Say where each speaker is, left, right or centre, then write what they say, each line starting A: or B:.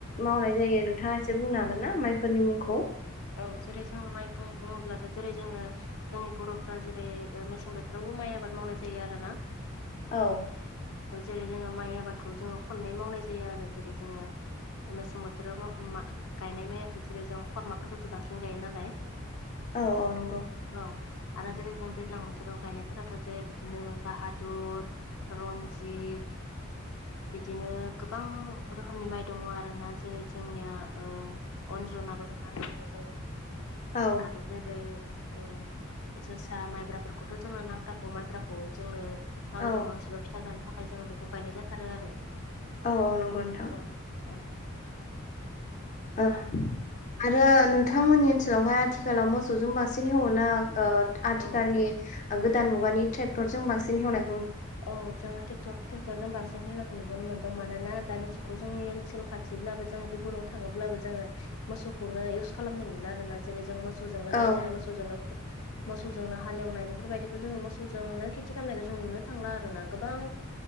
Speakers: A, on the left; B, on the left.
A: मावनाय जायो नोंथाङा एसे बुंनो हागोन ना माइफोरनि मुंखौ
B: औ जेरै जोंङो माइफुं बुङोब्लाथाय जेरै जोंङो जोंनि बर'फ्रा जेरै मेसें बोथोराव माइ आबाद मावनाय जायो आरो ना
A: औ
B: जेरै जोंङो माइ आबादखौ जोंङो खननै मावनाय जायो आरो जेरै जोंङो मेसें बोथोराव गायनाय माइयाथ' जेरै जों खरमा फोरखौसो बांसिन गायो नालाय
A: औ औ नंगौ
B: <inaudible> औ आरो जेरै जों दैज्लां बोथोराव गायनायफोराथ' जे बिदिनो बाहादुर रनजित
A: <inaudible>
B: बिदिनो गोब बां रोखोमनि माइ दङ आरोना जेरै जोंनिया ओ अनजनाबो नानै होनाय जायो
A: औ
B: आरो जेरै ओ जोसा माइब्राफोरखौथ जोंङो नांथारगौ माइब्राखौ जोंनो मागो
A: औ
B: दमासिबा फिथा जानो थाखाय जोंङो बेखौ गायनाय जाथारो आरो
A: औ औ नंगौनथां
B: औ औ
A: ओ आरो नोंथांमोननि ओनसोलावहाय आथिखालाव मोसौजों बांस सिन हेवो ना ओ आथिखालनि
B: औ
A: ओ गोदान मुगानि ट्रेक्टरजों बांसिन हेवनाय
B: औ जोङो टेक्टर ट्रेक्टरजों बांसिन होनायखौ नुबोनो मोन मानोना दानि जुगाव जोंनि ओनसोल खाथिब्लाबो जों गुबुनाव थाङोब्लाबो जोङो मोसौखौनो एव <unintelligible> खालामनाय नुला आरो ना जेरै जों मोसौजोंनो गायनाय
A: औ
B: मोसौजोंनो मोसौजोंनो हालेवनाय बेफोरबायदिखौ जोङो मोसौजोंनो खेथि खालामनायखौ जों नुनो थांला आरोना गोबां